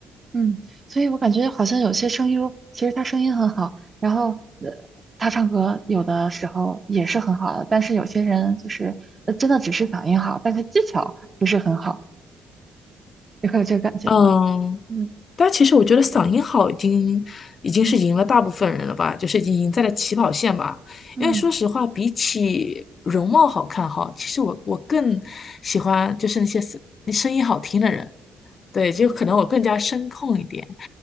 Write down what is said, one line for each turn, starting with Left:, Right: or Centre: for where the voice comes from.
Right: 嗯，所以我感觉好像有些声优其实他声音很好，然后呃，他唱歌有的时候也是很好的，但是有些人就是呃，真的只是嗓音好，但是技巧不是很好，你会有这个感觉吗？
Left: 嗯，
Right: 嗯
Left: 但其实我觉得嗓音好已经已经是赢了大部分人了吧，
Right: 嗯
Left: 就是已经赢在了起跑线吧。
Right: 嗯。
Left: 因为说实话，比起容貌好看哈，其实我我更喜欢就是那些声声音好听的人。对，就可能我更加声控一点，